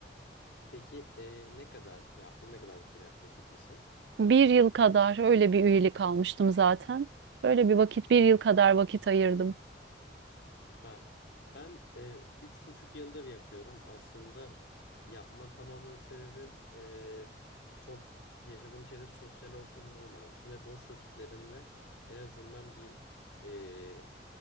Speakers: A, on the left (about 75°); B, on the right (about 65°).
A: Peki e, ne kadar yaptın? Ne kadar bir süre yaptın fitness'ı?
B: Bir yıl kadar öyle bir üyelik almıştım zaten. Böyle bir vakit, bir yıl kadar vakit ayırdım.
A: Süper. Ben e, üç buçuk yıldır yapıyorum. Aslında yapma tamamen sebebim e, çok yaşadığım şeyde sosyal ortamın olmaması ve boş vakitlerimde en azından bir e,